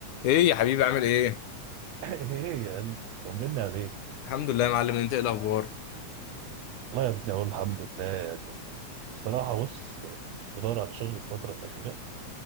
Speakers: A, on the left; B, on the right.
A: ايه يا حبيبي عامل ايه
B: ايه يا قلبي طمني عليك
A: الحمد لله يا معلم انت ايه الاخبار
B: والله يا ابني اقول الحمد لله بصراحه بص بدور على شغل الفتره الاخيره